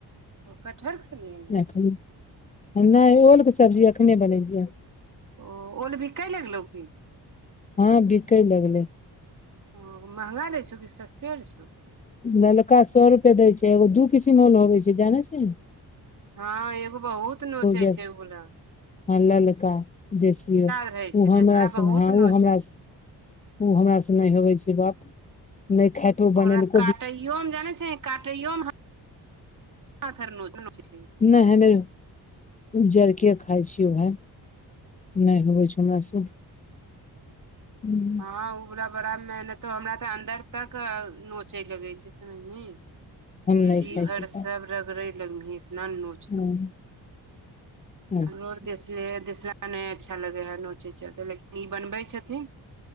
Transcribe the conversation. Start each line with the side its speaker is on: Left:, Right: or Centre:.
Right: कटहर खेलही
Left: वैह खाली नय ओलके सब्जी अखने बनैलियै हन
Right: ओ ओल बिकै लगलौ की
Left: हँ बिकै लगलै।
Right: ओ महंगा दै छौ। कि सस्तेल छौ।
Left: ललका सौ रुपए दै छै। एगो दू किसीमल होबै छै। जानै छीहीं।
Right: हँ एगो बहुत नोचै
Left: जे
Right: छै उबला।
Left: हँ ललका देसियौ।
Right: रहै
Left: उ
Right: छै
Left: हमरा
Right: देसला
Left: से
Right: बहुत
Left: नय
Right: नोचै
Left: उ हमरा
Right: छै
Left: स उ हमरा से नय होवै छै। बाप नय खायतो
Right: ओकरा
Left: बनैलको।
Right: काटैयो मे जानै छहीं काटैयो मे हाथ आर नोचै नोचै छै
Left: नय हम्मे आर उजरके खाइ छियौ भाइ नय होवै छौ हमरा से हम
Right: हँ उ बला बड़ा मेहनतो हमरा तऽ अन्दर तक नोचै लगै छै समझलिहीं
Left: नहि
Right: जीभ
Left: खाइ छी
Right: अर
Left: तऽ
Right: सब रगरै लगबिहीं इतना नोच
Left: हँ अच्छा
Right: हमरो आर देशिये नय अच्छा लगै हइ नोचै चलते लेकिन ई बनबै छथिन